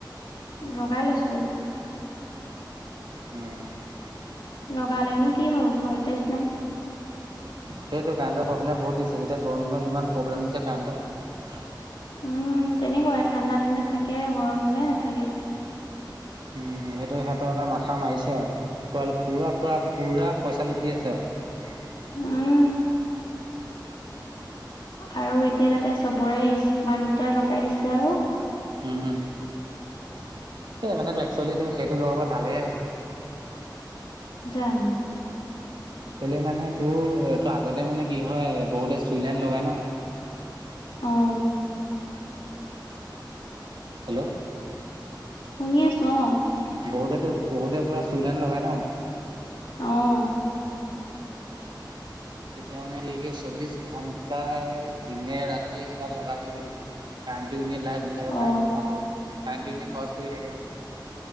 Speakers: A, on the left; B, on the right.
A: লগাই লৈছো।
B: উম'।
A: লগালেওনো কি হ'ব, ভলটেজ নাই।
B: সেইটোৱে কাৰেণ্টৰ প্ৰব্লেম বহুত দিছে, এতিয়া গৰম দিনত ইমান প্ৰব্লেম দিছে কাৰেণ্টৰ।
A: উম', তেনেকুৱাই ঠাণ্ডা দিনত থাকে, গৰম হ'লে নাথাকে।
B: উম', সেইটো সিহঁতৰ এটা মাথা মাৰিছে আৰু, পুৰা পুৰা পুৰা পইচা লো টি আছে আৰু।
A: উম। আৰু এতিয়া তাতে চবৰে স্মাৰ্ট মিটাৰ লগাই দিছে আৰু।
B: উম', হুম।
A: <inaudible>
B: এই মানে তোৰ একচোৱেলি তোৰ সেইটো লগোৱাৰ পৰা ভালেহে হৈছে।
A: জানো।
B: কেলে মানে তোৰ তোৰ আগতে মানে কি হয়, বহুতে চুইলেণ্ড লগাই ন।
A: উম।
B: হেল্ল'।
A: শুনি আছো অ।
B: বহুতেতো বহুতে পুৰা চুইলেন লগাই ন।
A: অহ'।
B: তেতিয়া মানে <unintelligible> চৌবিশ ঘন্টাই দিনে ৰাতিয়ে সেইডাল লগাই থৈ দিয়ে। কাৰেণ্টটো এনে লাইট <unintelligible> থাকে,
A: অ',
B: কাৰেণ্টটো এনে কাৰেণ্টটো এনে খৰচ কৰি থাকে।